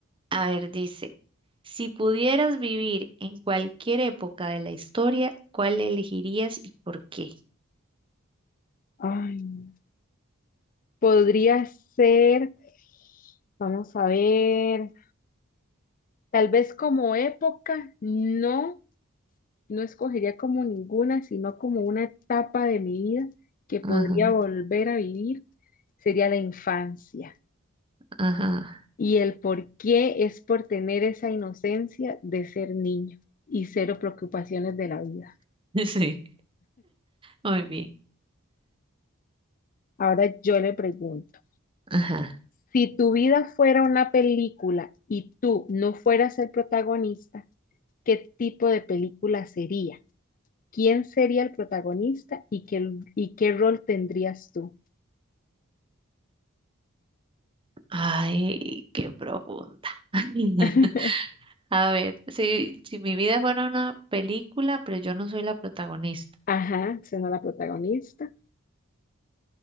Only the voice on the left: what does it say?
Ay, podría ser, vamos a ver, tal vez como época, no, no escogería como ninguna, sino como una etapa de mi vida que podría
volver a vivir, sería la infancia.
Y el por qué es por tener esa inocencia de ser niño y cero preocupaciones de la vida.
Ahora yo le pregunto,
si tu vida fuera una película y tú no fueras el protagonista, ¿qué tipo de película sería? ¿Quién sería el protagonista y qué, y qué rol tendrías tú?
<laughs>
Ajá, siendo la protagonista.